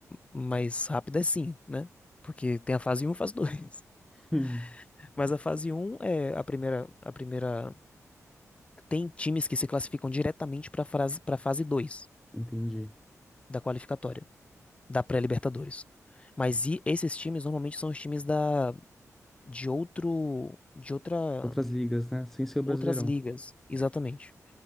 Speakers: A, on the left; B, in the centre.
A: mais rápida é sim, né? Porque tem a fase um e a fase 2.
B: <laughs>
A: <laughs>
B: Hum,
A: Mas a fase um é a primeira. A primeira. Tem times que se classificam diretamente para para a fase 2
B: entendi.
A: da qualificatória, da pré-Libertadores. Mas e esses times normalmente são os times da, de outro, de outra
B: Outras ligas, né? Sem ser o Brasileirão.
A: Outras ligas, exatamente.